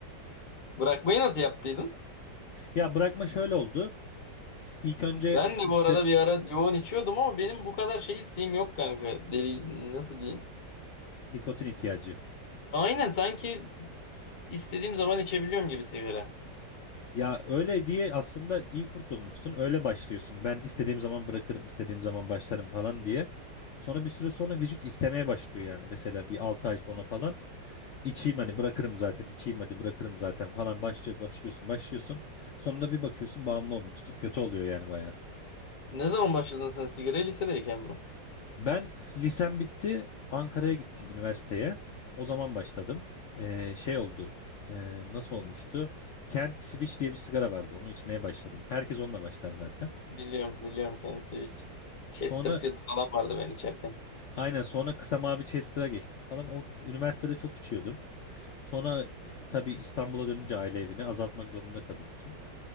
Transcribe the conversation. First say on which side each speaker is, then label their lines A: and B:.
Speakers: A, on the left; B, on the left.
A: <laughs> Bırakmayı nasıl yaptıydın?
B: Ya bırakma şöyle oldu. İlk önce
A: Ben de
B: işte
A: bu arada bir ara yoğun içiyordum ama benim bu kadar şey isteğim yok kanka. Deli nasıl diyeyim?
B: nikotin ihtiyacı.
A: Aynen sanki istediğim zaman içebiliyorum gibi sigara.
B: Ya öyle diye aslında iyi kurtulmuşsun. Öyle başlıyorsun. Ben istediğim zaman bırakırım, istediğim zaman başlarım falan diye. Sonra bir süre sonra vücut istemeye başlıyor yani. Mesela bir 6 ay sonra falan içeyim hani bırakırım zaten, içeyim hadi bırakırım zaten falan başlıyor, başlıyorsun, başlıyorsun. Sonunda bir bakıyorsun bağımlı olmuşsun. Kötü oluyor yani baya.
A: Ne zaman başladın sen sigara? Lisedeyken mi?
B: Ben lisem bitti, Ankara'ya gittim üniversiteye. O zaman başladım. Ee, şey oldu. Ee, nasıl olmuştu? Kent Switch diye bir sigara vardı. Onu içmeye başladım. Herkes onunla başlar zaten.
A: Biliyorum biliyorum kendisi hiç. Chesterfield
B: Sonra
A: falan vardı ben içerken.
B: aynen sonra kısa mavi Chester'a geçtim falan. O üniversitede çok içiyordum. Sonra e, tabii İstanbul'a dönünce aile evini azaltmak zorunda kalıyorsun.